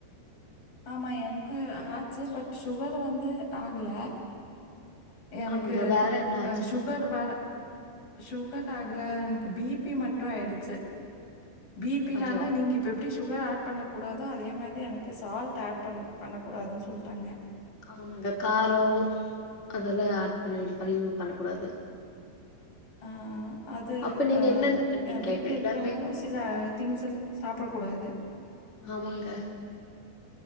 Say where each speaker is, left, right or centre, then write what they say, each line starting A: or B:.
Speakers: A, on the left (about 55°); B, on the left (about 20°).
A: ஆமா எனக்கு ஆச்சு பட் சுகர் வந்து ஆகல எனக்கு
B: ஆமாங்க வேற என்ன ஆச்சு
A: அஹ சுகர் வர சுகர் ஆகல எனக்கு பிபி மட்டு ஆயிடுச்சு பிபினால
B: ஐயோ
A: நீங்க இப்ப எப்டி சுகர் ஆட் பண்ணக்கூடாதோ அதே மாதி எனக்கு சால்ட் ஆட் பண் பண்ணக்கூடாதுன்னு சொல்ட்டாங்க
B: ஆமாங்க காரோ அதெல்லா ஆட் பண்ண இது பண்ணி பண்ண கூடாது
A: ஆஹ அது
B: அப்ப நீங்க
A: அ
B: என்னென்ன பண்ணீங்க
A: அ பி பி இருக்கிறவங்களு
B: எல்லாமே
A: சில திங்ஸ் எல்லா சாப்படக் கூடாது
B: ஆமாங்க